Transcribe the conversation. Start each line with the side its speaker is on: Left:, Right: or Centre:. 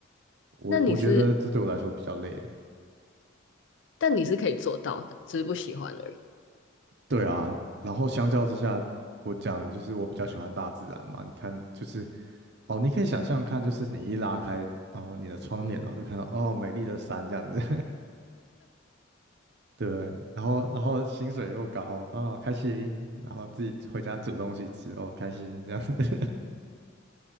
Right: 我我觉得这对我来说比较累。
Left: 那你是，但你是可以做到的，只是不喜欢而已。
Right: 对啊，然后相较之下，我讲的就是我比较喜欢大自然嘛。你看，就是哦，你可以想象看，就是你一拉开，然后你的窗帘，然后就看到哦美丽的山这样子，<laughs> 对不对然后然后薪水又高啊，开心，然后自己回家煮东西吃哦，开心这样子。<laughs>